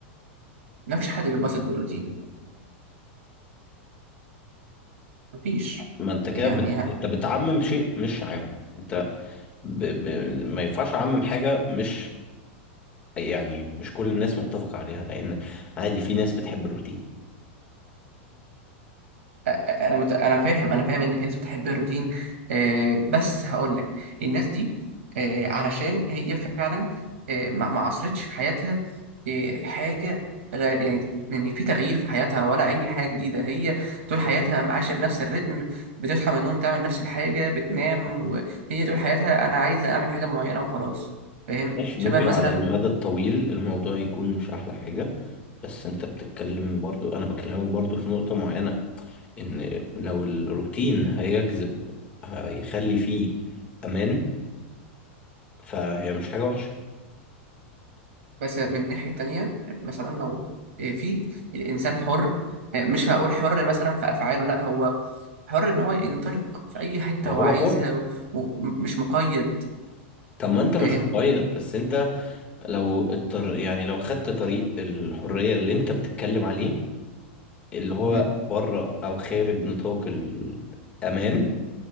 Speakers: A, on the right (about 80°); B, on the left (about 20°).
A: ما فيش حد بيتبسط بالروتين مفيش
B: ما انت كده
A: يعني
B: بت... انت بتعمم شيء مش عام انت ب... ب... ما ينفعش اعمم حاجه مش يعني مش كل الناس متفقه عليها لان عادي في ناس بتحب الروتين
A: انا مت... انا فاهم انا فاهم ان في ناس بتحب الروتين آه بس هقول لك الناس دي آه علشان هي فعلا آه ما ما عصرتش في حياتها آه حاجه غير يعني يعني في تغيير في حياتها ولا اي حاجه جديده هي طول حياتها عايشه بنفس الريتم بتصحى من النوم تعمل نفس الحاجه بتنام وهي طول حياتها انا عايزه اعمل حاجه معينه وخلاص فاهم
B: ماشي
A: شبه
B: ممكن
A: مثلا
B: على المدى الطويل الموضوع يكون مش احلى حاجه بس انت بتتكلم برضو انا بكلمك برضو في نقطه معينه ان لو الروتين هيجذب هيخلي فيه امان فهي مش حاجه وحشه
A: بس من ناحية تانية مثلا لو آه، في الإنسان حر آه، مش هقول حر مثلا في أفعاله لا هو حر إن هو ينطلق في أي حتة
B: ما
A: هو
B: هو
A: عايزها
B: حر
A: ومش مقيد
B: طب ما انت مش
A: فاهم؟
B: مقيد بس انت لو الطر... يعني لو خدت طريق الحرية اللي انت بتتكلم عليه اللي هو
A: مم.
B: بره او خارج نطاق الامان